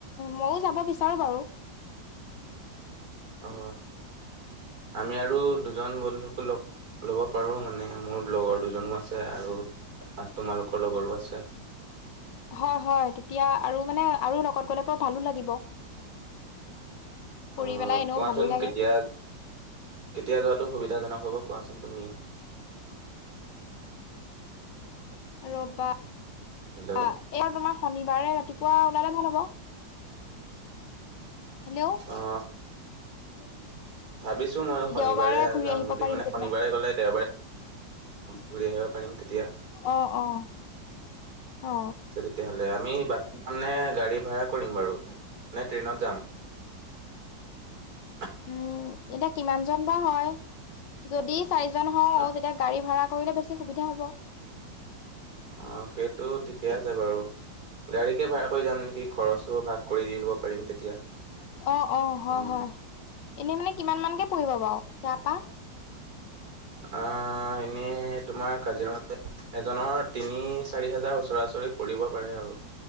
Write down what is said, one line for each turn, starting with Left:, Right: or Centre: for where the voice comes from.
Left: মইও যাব বিচাৰো বাৰু।
Right: অ, আমি আৰু দুজন বন্ধুক লগ ল'ব পাৰো মানে মোৰ লগৰ দুজনো আছে আৰু তোমালোকৰ লগৰো আছে। <unintelligible>
Left: হয়, হয়, তেতিয়া আৰু মানে আৰু লগত গ'লে বৰ ভালো লাগিব। ফুৰি
Right: অ,
Left: পেলাই এনেও
Right: কোৱাচোন
Left: ভালেই লাগে
Right: কেতিয়া, কেতিয়া যোৱা টো সুবিধাজনক হ'ব কোৱাচোন তুমি?
Left: ৰবা এয়া
Right: হেল্ল'
Left: তোমাৰ শনিবাৰে ৰাতি পুৱা ওলালে ভাল হ'ব। হেল্ল'
Right: অহ,
Left: <unintelligible>
Right: ভাবিছোঁ মইও শনিবাৰে
Left: দেওবাৰে ঘূৰি
Right: যাম
Left: আহিব
Right: বুলি
Left: পাৰিম
Right: মানে
Left: তেতিয়া
Right: শনিবাৰে গলে <unintelligible> দেওবাৰে ঘূৰি আহিব পাৰিম তেতিয়া
Left: অ, অ, অ
Right: <unintelligible> তেতিয়া আমি বাছাম নে গাড়ী ভাড়া কৰিম বাৰু নে ট্ৰেইনত যাম? <unintelligible>
Left: উম, এতিয়া কিমান জন বা হয় যদি চাৰিজন হও
Right: অ',
Left: তেতিয়া গাড়ী ভাড়া কৰিলে বেছি সুবিধা হ'ব।
Right: অ, সেইটো ঠিকেই আছে বাৰু। গাড়ীকে ভাড়া কৰি যাম নেকি খৰচো ভাগ কৰি দি দিব পাৰিম তেতিয়া।
Left: অ, অ, হয়,
Right: উম,
Left: হয়, এনে মানে কিমান মানকে পৰিব বাৰু ইয়াৰপা?
Right: অ, এনেই তোমাৰ কাজিৰঙালে এজনৰ তিনি চাৰি হাজাৰ ওচৰাচৰি পৰিব পাৰে আৰু।